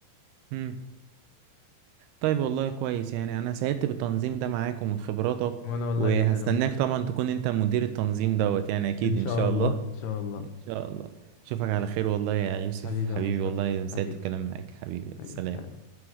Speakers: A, on the right; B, on the left.
A: امم طيب والله كويس يعني انا سعدت بالتنظيم ده معاك ومن خبراتك
B: وانا والله
A: وهستناك
B: جدا يا مصطفى
A: طبعا تكون انت مدير التنظيم دوت يعني اكيد
B: ان شاء
A: ان شاء
B: الله
A: الله
B: ان شاء الله
A: ان شاء الله اشوفك على خير والله يا يوسف
B: حبيبي
A: حبيبي
B: يا مصطفى
A: والله سعدت
B: حبيبي
A: بالكلام معاك حبيبي
B: حبيبي
A: سلام
B: سلام